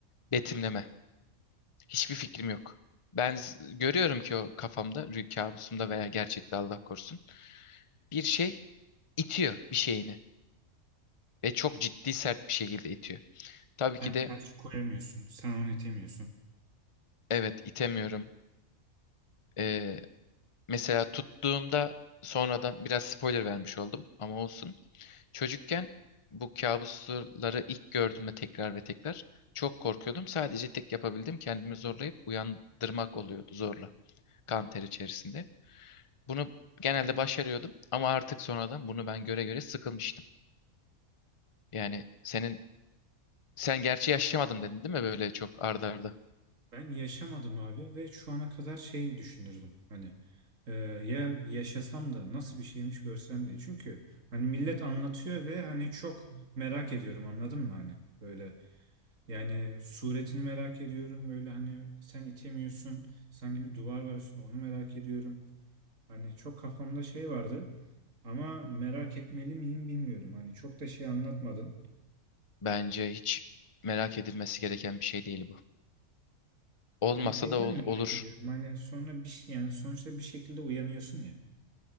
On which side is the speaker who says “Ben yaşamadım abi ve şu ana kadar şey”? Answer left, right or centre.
Right